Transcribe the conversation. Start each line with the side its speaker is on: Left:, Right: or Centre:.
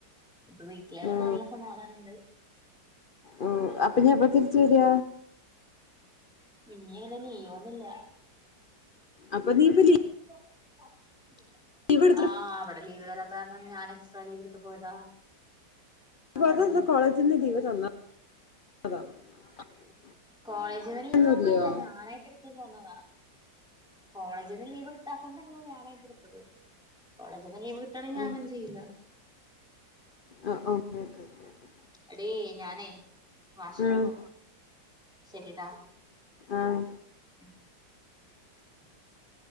Centre: ഇപ്പൊ വീട്ടിലായൊണ്ട്
Left: ഓ
Centre: നല്ല സമാധാനം ഉണ്ട്
Left: ഓ അപ്പൊ ഞാൻ എപ്പ തിരിച്ച് വരിക
Centre: <unintelligible> ഇഞ് അങ്ങനെ ലീവൊന്നുല്ല <unintelligible>
Left: അപ്പൊ
Centre: <unintelligible>
Left: നീ ഇപ്പ ലീവ് എടുത്തിട്ട്
Centre: ആ ലീവ് തരാത്ത കാരണം ഞാൻ എക്സ്ട്രാ ലീവ് എടുത്ത് പോയതാ
Left: <unintelligible>
Centre: ആടി
Left: <unintelligible>
Centre: കോളേജ് ലീവ്
Left: തന്നില്ലയോ
Centre: ഒന്നുല്ല ഞാൻ ആയിട്ട് ലീവ് എടുത്തതാ കോളേജ് ന്ന്‌ ലീവ് കിട്ടാത്തോണ്ടാ ഞാൻ ആയിട്ട് എടുത്തത് കോളേജ് ന്ന്‌ ലീവ് കിട്ടാണെങ്കിൽ
Left: ഓ
Centre: ഞാൻഅങ്ങനെ ചെയ്യൂല
Left: ഓ ഓക്കെ ഓക്കെ ഓക്കെ
Centre: എടി ഞാൻ വാഷ്
Left: ആഹ്
Centre: നു പോകട്ടെ ശരി ട്ടോ
Left: ആഹ്
Centre: <unintelligible>